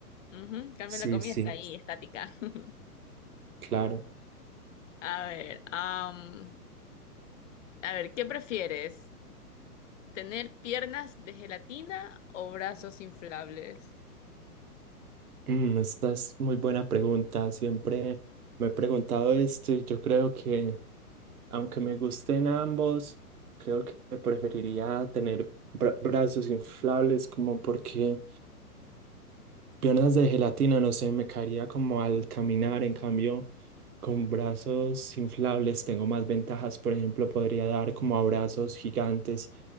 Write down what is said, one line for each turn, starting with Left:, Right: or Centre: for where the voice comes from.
Left: Ujú, en Cambio
Right: Sí,
Left: la comida
Right: sí,
Left: está ahí, estática. <laughs>
Right: claro.
Left: A ver, am, a ver, ¿qué prefieres? ¿Tener piernas de gelatina o brazos inflables?
Right: Mm, esta es muy buena pregunta. Siempre me he preguntado esto y yo creo que... Aunque me gusten ambos, creo que preferiría tener bra- brazos inflables como porque piernas de gelatina, no sé, me caería como al caminar. En cambio, con brazos inflables tengo más ventajas. Por ejemplo, podría dar como abrazos gigantes